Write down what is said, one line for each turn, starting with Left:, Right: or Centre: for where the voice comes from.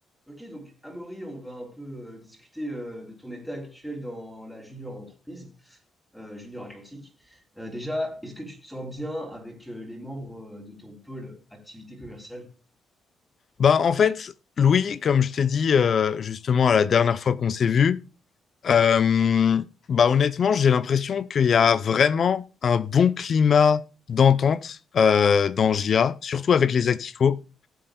Centre: Ok, donc Amaury, on va un peu euh, discuter euh, de ton état actuel dans la junior entreprise, euh, junior Atlantique. Euh, déjà, est-ce que tu te sens bien avec euh, les membres euh, de ton pôle activité commerciale?
Left: Bah, en fait, Louis, comme je t'ai dit euh, justement à la dernière fois qu'on s'est vu, euh, bah, honnêtement, j'ai l'impression qu'il y a vraiment un bon climat d'entente euh, dans JA, surtout avec les Acticos.